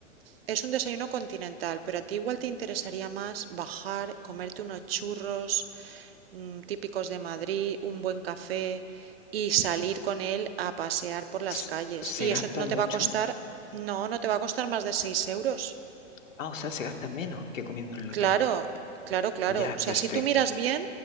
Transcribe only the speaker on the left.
S-
Se
gasta
mucho.
Ah, o sea, se gasta menos que comiendo en el hotel.
Ya,
perfecto.